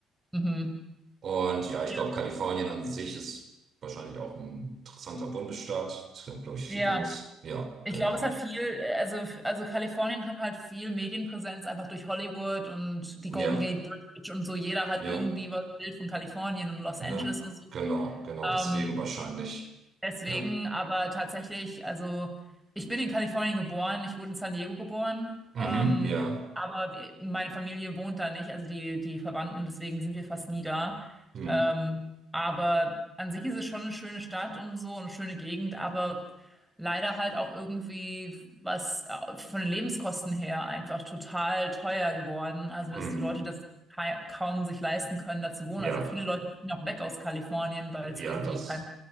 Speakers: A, in the centre; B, on the right.
A: Mhm.
B: Und ja, ich
A: Ja,
B: glaube, Kalifornien an sich ist wahrscheinlich auch ein interessanter Bundesstaat. Es gibt, glaube ich, viel
A: Ja.
B: los. Ja,
A: Ich
B: genau.
A: glaube, es hat viel, äh, also, also Kalifornien hat halt viel Medienpräsenz, einfach durch Hollywood und die Golden
B: Ja,
A: Gate Bridge und so. Jeder hat
B: ja,
A: irgendwie was ein Bild von Kalifornien und Los Angeles
B: ne,
A: und so.
B: genau, genau, deswegen
A: Ähm,
B: wahrscheinlich.
A: Deswegen,
B: Ja.
A: aber tatsächlich, also ich bin in Kalifornien geboren, ich wurde in San Diego geboren,
B: Mhm,
A: ähm,
B: ja.
A: aber wir- meine Familie wohnt da nicht, also die, die Verwandten, deswegen sind wir fast nie da.
B: Mhm,
A: Ähm, aber an sich ist es schon eine schöne Stadt und so, eine schöne Gegend, aber leider halt auch irgendwie was äh, von den Lebenskosten her einfach total teuer geworden, also
B: mhm.
A: dass die Leute das ka- kaum sich leisten können, da zu wohnen.
B: Ja,
A: Also viele Leute ziehen auch weg aus Kalifornien, weil es
B: ja,
A: irgendwie
B: das,